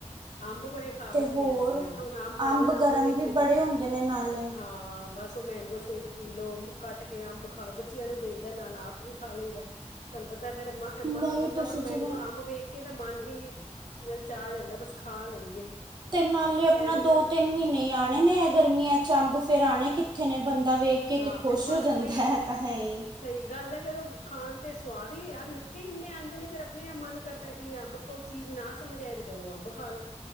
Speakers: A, on the left (about 85°); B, on the right (about 35°).
A: ਅੰਬ ਬੜੇ ਖਾ
B: ਤੇ
A: ਬੈਠੇ
B: ਹੋਰ
A: ਆ ਅਸੀਂ, ਹੁਣ ਅੰਬ ਆ ਜਾਣ ਅੰਬ
B: ਗਰਮ
A: ਵੇਖ
B: ਵੀ
A: ਕੇ
B: ਬੜੇ ਹੁੰਦੇ ਨੇ ਨਾਲੇ
A: ਹਾਂ, ਬਸ ਓ ਮੈਂਗੋ ਸ਼ੇਕ ਪੀ ਲੋ, ਕੱਟ ਕੇ ਅੰਬ ਖਾ ਲੋ, ਬੱਚਿਆਂ ਨੂੰ ਦਈ ਦਾ ਨਾਲ ਆਪ ਵੀ ਖਾ ਲਈਦਾ, ਤੁਹਾਨੂੰ ਪਤਾ ਫੇਰ ਮਤਲਬ
B: ਨਹੀਂ ਤੁਸੀਂ
A: ਮੈਂਗੋ
B: ਜਿਵੇਂ
A: ਅੰਬ ਵੇਖ ਕੇ ਤਾਂ ਮਨ ਹੀ ਲਲਚਾ ਜਾਂਦਾ ਬਸ ਖਾ ਲਈਏ।
B: ਤੇ ਨਾਲੇ ਆਪਣਾ
A: ਐ ਨਹੀਂ
B: ਦੋ
A: ਫਿਰ
B: ਤਿੰਨ ਮਹੀਨੇ ਹੀ ਆਉਣੇ ਨੇ ਗਰਮੀਆਂ 'ਚ ਅੰਬ ਫਿਰ ਆਉਣੇ ਕਿੱਥੇ ਨੇ ਬੰਦਾ ਵੇਖ ਕੇ
A: ਹਾਂ
B: ਤੇ ਖੁਸ਼
A: ਫੇਰ ਬਸ
B: ਹੋ ਜਾਂਦਾ
A: ਉਹੀ
B: ਹੈ ਇਹ ਤਾਂ ਹੈ ਹੀ
A: ਸਹੀ ਗੱਲ ਹੈ ਫੇਰ ਉਹ ਖਾਣ ਤੇ ਸਵਾਦ ਹੀ ਯਾਰ ਮਿੱਠੇ ਹੀ ਇੰਨੇ ਆਉਂਦੇ ਨੇ ਫਿਰ ਆਪਣੇ ਆਪ ਮਨ ਕਰਦਾ ਕਿ ਅੰਬ ਕੋਈ ਚੀਜ਼ ਨਾ ਸਮਝ ਆਏ ਤੇ ਚਲੋ ਅੰਬ ਖਾ ਲੋ।